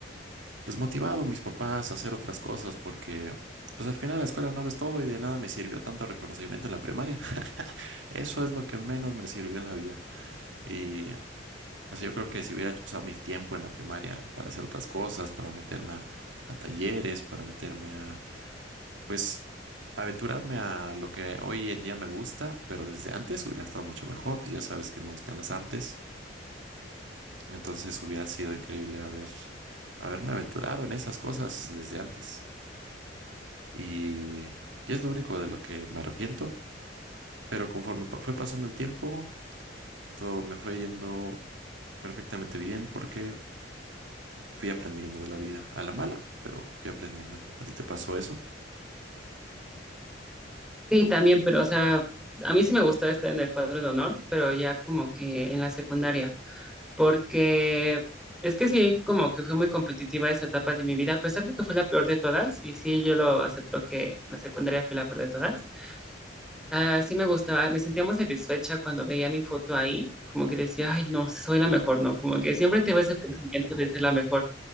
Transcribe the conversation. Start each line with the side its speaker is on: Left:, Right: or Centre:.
Right: pues motivado mis papás a hacer otras cosas porque pues al final la escuela no lo es todo y de nada me sirvió tanto reconocimiento en la primaria. <laughs> Eso es lo que menos me sirvió en la vida. Y pues yo creo que si hubiera usado mi tiempo en la primaria para hacer otras cosas, para meterme a, a talleres, para meterme a pues aventurarme a lo que hoy en día me gusta, pero desde antes hubiera estado mucho mejor, pues ya sabes que me gustan las artes, entonces hubiera sido increíble haber, haberme aventurado en esas cosas desde antes. Y, y es lo único de lo que me arrepiento, pero conforme pa- fue pasando el tiempo, todo me fue yendo perfectamente bien porque fui aprendiendo de la vida, a la mala, pero fui aprendiendo. ¿A ti te pasó eso?
Centre: Sí, también, pero o sea, a mí sí me gustaba estar en el cuadro de honor, pero ya como que en la secundaria. porque es que sí, como que fue muy competitiva esa etapa de mi vida, a pesar de que fue la peor de todas, y sí, yo lo acepto que la secundaria fue la peor de todas. Ah, sí me gustaba, me sentía muy satisfecha cuando veía mi foto ahí, como que decía, ay, no, soy la mejor, no, como que siempre tengo ese pensamiento de ser la mejor.